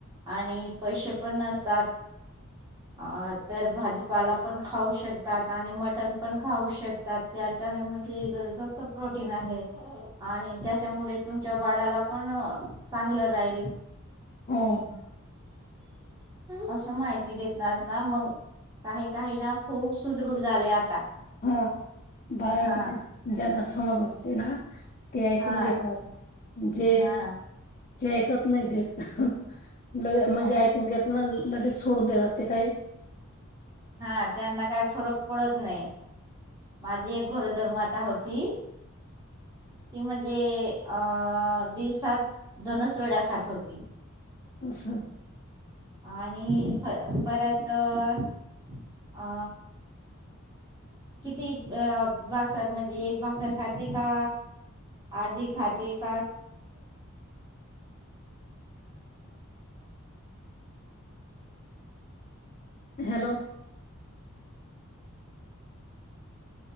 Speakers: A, on the right; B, on the left.
A: आणि पैसे पण नसतात हा तर भाजी तुपाला पण खाऊ शकतात आणि मटण पण खाऊ शकतात त्याच्याने म्हणजे जास्त प्रोटीन आहे आणि त्याच्यामुळे तुमच्या वाडाला पण चांगलं राहील
B: होम
A: असं माहिती देतणार ना मंग काही काही ना खूप सुदृढ झाले आता
B: हा बाय
A: हा
B: ज्यांना समाज अस ते ना ते ऐकून
A: हा
B: घेतात जे
A: हा ना
B: जे कत नजेक अहक लगे मजे
A: हा
B: ऐकून घेतल न लगे सोडून देतात ते काय
A: हा त्यांना काही फरक पडत नाही माझी एक गोरोदरमाता होती ती म्हणली दिवसात दोनच वेळा खात होती
B: <inaudible>
A: आणि परत अ किती अ बा सर म्हणजे एक भाकरर खाते का अर्धी खाते का
B: हॅलो